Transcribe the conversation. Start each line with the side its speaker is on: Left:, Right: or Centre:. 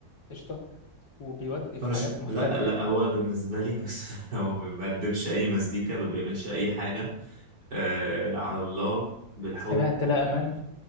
Left: قشطة وبيودي في
Right: هو مش
Left: حاجات مختلفة
Right: لا لا هو بالنسبة لي مثلا <laughs> هو ما بيقدمش أي مزيكا ما بيعملش أي حاجة آه على الله بالحب
Left: سمعت لا أمان